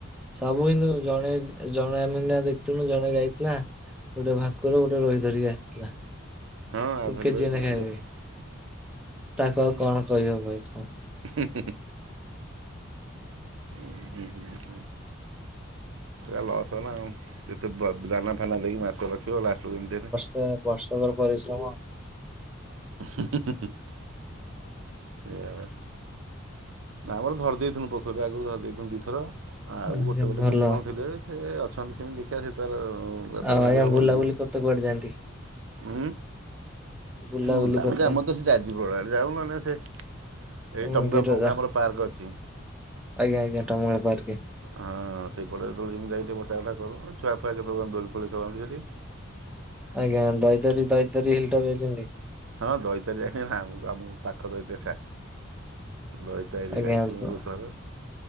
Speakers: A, in the centre; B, on the right.
A: ସବୁ କିନ୍ତୁ ଜଣେ ଜଣେ ଆମେ ଏଇନା ଦେଖୁଥିଲୁ ଜଣେ ଯାଇଥିଲା। ଗୋଟେ ଭାକୁର ଗୋଟେ ରୋହି ଧରିକି ଆସିଥିଲା।
B: ହଁ ଆଉ ଧରିଦେବେନି
A: କେଜିିଏ ନେଖା
B: ଆଉ
A: ହେବେ
B: ଯୋଉରା
A: ତାଙ୍କୁ ଆଉ କଣ କହିବ ଭାଇ କୁହ।
B: ହଁ ହଁ ହଁ। ଉଁ ହୁଁ, ହୁଁ, ହୁଁ। ଏଇରା ଲସ୍ ହେଲା ଆଉ ଏତେ ଦାନା ଫାନା ଦେଇକି ମାଛ ରଖିବ ଲାଷ୍ଟକୁ ଏମିତି ହେବେ
A: ତା ବର୍ଷକର ପରିଶ୍ରମ
B: ହ <unintelligible> ସେୟା ପା। ନା, ଆମର ଧରି ଦେଇେଥିଲୁ ପୋଖରୀରୁ ଆଗରୁ ଧରି ଦେଇଥିଲୁ ଦୁଇଥର, ଆଉ
A: ଆଜ୍ଞା
B: ଗୋଟେ ଗୋଟେ
A: ଭଲ
B: କେମିତି କଣ ଥିଲେ। ସେ ଅଛନ୍ତି ସେମିତି ଦେଖିବା ସେ ତାର <inaudible> ତ
A: ଆଉ
B: ଧରି
A: ଆଜ୍ଞା
B: ହବନି,
A: ବୁଲାବୁଲି କରତେ କୁଆଡେ ଯାଆନ୍ତି
B: ହୁଁ?
A: ବୁଲାବୁଲି
B: ବୁଲା
A: କରତେ?
B: ବୁଲି ଆମ ତେ ସେ ଯାଜପୁରୁ ରୋଡ଼ ଆଡ଼େ ଯାଉ ନହେଲେ ସେ ଏଇ
A: ଉଁ
B: ଟମକା
A: ବିରଜା
B: ଫମକା ଆମର। ପାର୍କ ଅଛି।
A: ଆଜ୍ଞା ଆଜ୍ଞା ଟମ <unintelligible> ପାର୍କ।
B: ହଁ ସେଇପଟେ ଯେତେ ବେଳେ ଯାଇକି ବସା ଉଠା କରୁ ଛୁଆ ଫୁଆ କେତେ ବେଳେ କେମିତି ଦୋଳି ଫୋଳି ଖେଳନ୍ତି ସେଠି। <inaudible>
A: ଆଜ୍ଞା ଦଇତାରି ଦଇତାରି ହିଲ୍‌ଟା ଭିଆଉଚନ୍ତି।
B: ହଁ ଦଇତାରି ହେଁ ଆମ ଆମକୁ ପାଖ ଦଇତାରିଟା। ଦଇତାରି
A: ଆଜ୍ଞା
B: ଯାଇଛୁ ବହୁତ
A: ପ।
B: ଥର